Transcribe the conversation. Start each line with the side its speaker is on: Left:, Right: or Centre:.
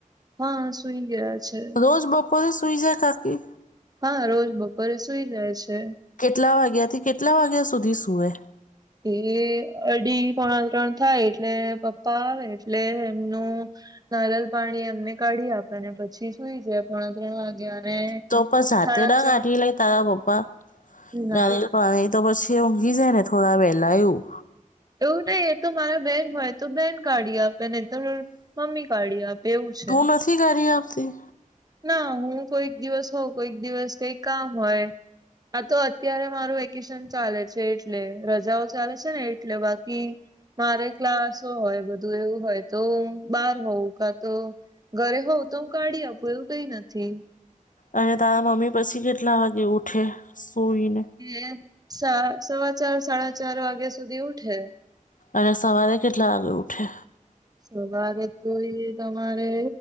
Right: હા સુઈ ગયા છે.
Left: રોજ બપોરે સુઈ જાય કાકી?
Right: હા રોજ બપોરે સુઈ જાય છે.
Left: કેટલા વાગ્યા થી કેટલા વાગ્યા સુધી સુવે?
Right: એ અઢી પોણા ત્રણ થાય એટલે પપ્પા આવે એ એટલે એમનું નારીયલ પાણી એમને કાઢી આપેને પછી સુઈ જાય પોણા ત્રણ વાગે અને
Left: તો પણ સાથે
Right: સાડા
Left: ના
Right: ચાર
Left: રાખી લઈ તારા પપ્પા
Right: ના
Left: નારિયલ પાણી તો પછી ઊંઘી જાયને થોડા વેલા એવું
Right: એવું નહી એ તો મારા બેહેન હોય તો બેહેન કાઢી આપે નહિ તો મમ્મી કાઢી આપે. એવું છે.
Left: તું નથી કરી આપતી?
Right: ના હું કોઈક દિવસ હોઉવ કોઈક દિવસ કઈ કામ હોય આ તો અત્યારે મારું વેકેશન ચાલે છે એટલે રજાઓ ચાલે છે ને એટલે બાકી મારે ક્લાસ હોય બધું એવું હોય તો બાર હોઉં કા તો ઘરે હોવ તો હું કાઢી આપું એવું કઈ નથી.
Left: અને તારા મમ્મી પછી કેટલા વાગે ઉઠે? સૂઈને
Right: એ સ સવા ચાર સાડા ચાર વાગ્યા સુધી ઉઠે.
Left: અને સવારે કેટલા વાગળે ઉઠે.
Right: સવારે તો એ તમારે